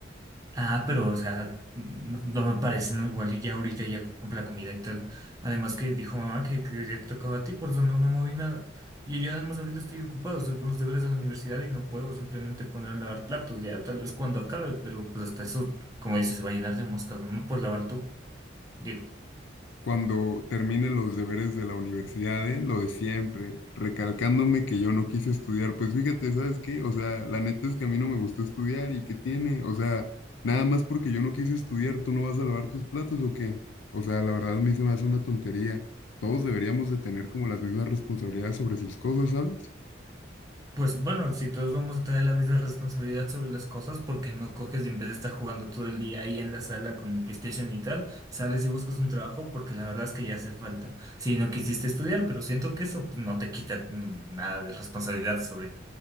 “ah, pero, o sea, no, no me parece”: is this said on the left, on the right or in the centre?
Right